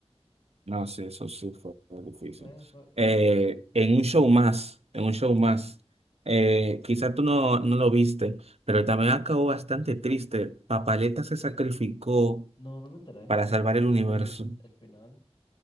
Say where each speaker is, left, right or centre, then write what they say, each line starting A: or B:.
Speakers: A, on the right; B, on the left.
A: No, sí, eso sí fue difícil.
B: Fue, fue, fue
A: Eh,
B: difícil.
A: en un show más, en un show más, eh, quizás tú no, no lo viste, pero también acabó bastante triste. Papaleta se sacrificó
B: No, no me enteré.
A: para salvar
B: Yo
A: el universo.
B: no vi el final.